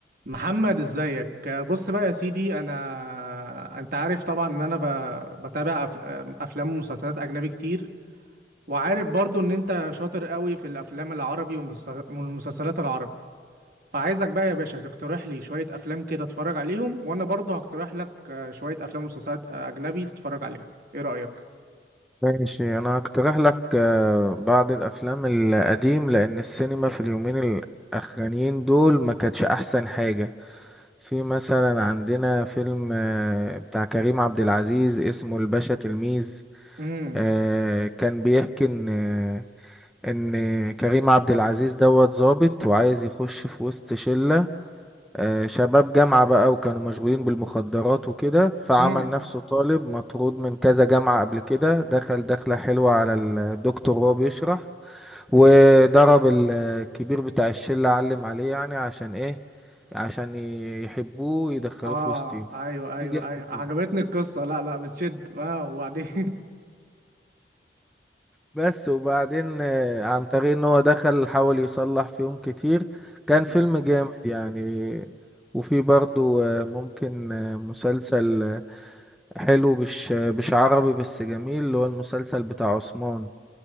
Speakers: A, on the right (about 50°); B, in the centre.
A: محمد ازيك بص بقى يا سيدي انا انت عارف طبعا ان انا ب... بتابع أف... افلام ومسلسلات اجنبي كتير وعارف برضو ان انت شاطر قوي في الافلام العربي والمس- والمسلسلات العربي فعايزك بقى يا باشا تقترح لي شوية افلام كده اتفرج عليهم وانا برضو هقترح لك آه، شوية افلام ومسلسلات آه، اجنبي تتفرج عليهم ايه رأيك
B: ماشي انا هقترح لك آه، بعض الافلام القديم لان السينما في اليومين الاخرانيين دول ما كانتش احسن حاجة في مثلا عندنا فيلم آه، بتاع كريم عبد العزيز اسمه الباشا تلميذ
A: امم
B: آه، كان بيحكي ان آه، ان كريم عبد العزيز دوت ظابط وعايز يخش في وسط شلة آه، شباب جامعة بقى وكانوا مشغولين بالمخدرات وكده فعمل
A: امم
B: نفسه طالب مطرود من كذا جامعة قبل كده دخل دخلة حلوة على الدكتور وهو بيشرح وضرب ال- الكبير بتاع الشلة علم عليه يعني عشان ايه عشان ي- يحبوه ويدخلوه
A: اه
B: في وسطهم
A: ايوه ايوه
B: نجح
A: ايوه
B: في
A: عجبتني
B: كده
A: القصة لا لا بتشد اه وبعدين
B: بس وبعدين آه، عن طريق ان هو دخل حاول يصلح فيهم كتير كان
A: <laughs>
B: فيلم جامد يعني وفي برضو آه، ممكن آه، مسلسل آه، حلو مش مش عربي بس جميل اللي هو المسلسل بتاع عثمان